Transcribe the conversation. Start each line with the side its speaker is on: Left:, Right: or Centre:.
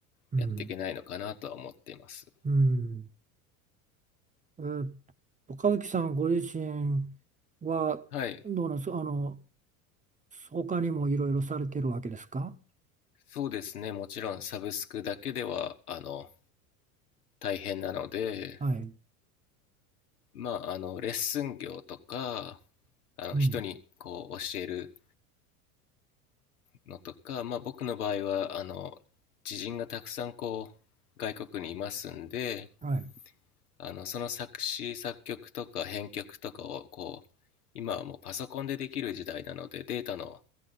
Right: ー、
Left: やっていけないのかなとは思っています。
Right: うん、うん。えーっと、和樹さんご自身は、
Left: はい。
Right: どうなんですか、あの、他にもいろいろされてるわけですか
Left: そうですね。もちろんサブスクだけでは、あの、大変なので、
Right: はい。
Left: まあ、あの、レッスン業とか、あの、
Right: うん。
Left: 人にこう教えるのとか、まあ僕の場合は、あの、知人がたくさんこう、外国にいますんで、
Right: はい。
Left: あの、その作詞、作曲とか編曲とかをこう、今はもうパソコンでできる時代なのでデータの